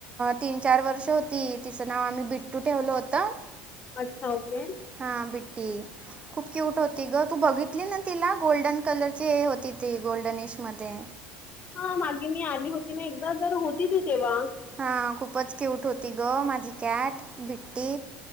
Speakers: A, on the right; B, on the left.
A: तीन चार वर्ष होती. तिचं नाव आम्ही बिट्टू ठेवलं होतं.
B: अच्छा ओके.
A: हा बिट्टी. खूप क्यूट होती गं. तू बघितली ना तिला गोल्डन कलरची हे होती ती गोल्डन येश मध्ये.
B: हा मागे मी आली होती ना. एकदा जर होती ती तेव्हा.
A: हा खूपच क्यूट होती गं माझी कॅट बिट्टी.